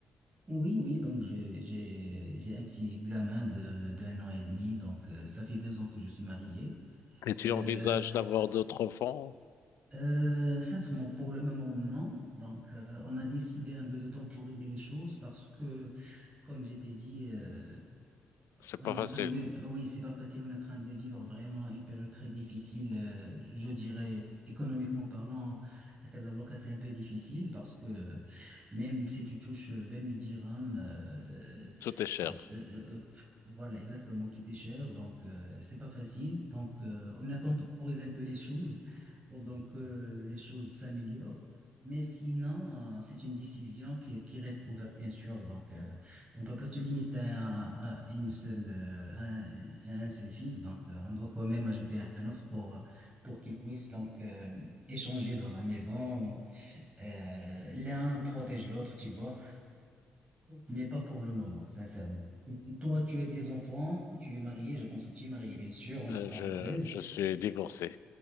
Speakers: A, on the right; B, on the left.
A: Oui, oui, donc j'ai j'ai j'ai un petit gamin de d'un an et demi, donc euh, ça fait deux ans que je suis marié.
B: et tu
A: Euh,
B: envisages d'avoir d'autres enfants,
A: Euh, sincèrement, pour le moment, non. Donc, euh, on a décidé un peu de temps pour régler les choses parce que, comme je t'ai dit, euh,
B: c'est
A: on
B: pas
A: est en
B: facile,
A: train de, oui, c'est pas facile, on est en train de vivre vraiment une période très difficile. euh, je dirais, que, économiquement parlant, à Casablanca, c'est un peu difficile parce que même si tu touches 20 000 dirhams, euh,
B: tout est cher.
A: euh, euh, voilà, exactement, tout est cher. Donc, euh, c'est pas facile. Donc, euh, on a temporisé un peu les choses pendant que les choses s'améliorent. Mais sinon, euh, c'est une décision qui, qui reste ouverte, bien sûr. Donc, euh, on ne peut pas se limiter à, à une seule, euh, à un, à un seul fils. Donc, euh, on doit quand même ajouter un autre pour, euh, pour qu'il puisse donc euh, échanger dans la maison. Euh, l'un protège l'autre, tu vois. Mais pas pour le moment, sincèrement. Toi, tu as des enfants, tu es marié. Je pense que tu es marié, bien sûr, entre
B: Euh,
A: parenthèses.
B: je, je suis divorcé.